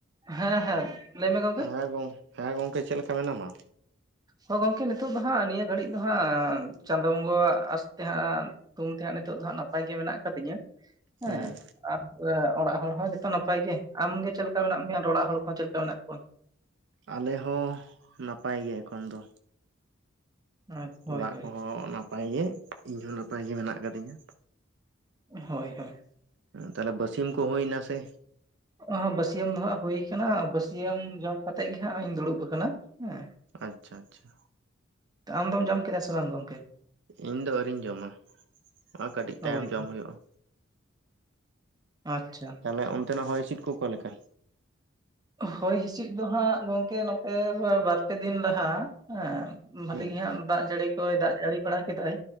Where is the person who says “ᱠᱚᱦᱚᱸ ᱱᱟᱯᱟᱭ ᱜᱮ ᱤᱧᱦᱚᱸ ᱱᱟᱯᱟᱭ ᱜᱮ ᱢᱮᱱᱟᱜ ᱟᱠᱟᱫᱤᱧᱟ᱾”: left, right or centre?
Right